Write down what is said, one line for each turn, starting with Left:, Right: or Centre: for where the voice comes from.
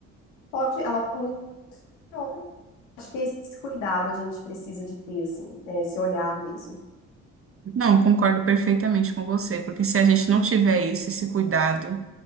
Left: pode, ela é muito pior. Acho que é esse cuidado a gente precisa de ter, assim, né, esse olhar mesmo.
Right: Não, concordo perfeitamente com você, porque se a gente não tiver isso, esse cuidado,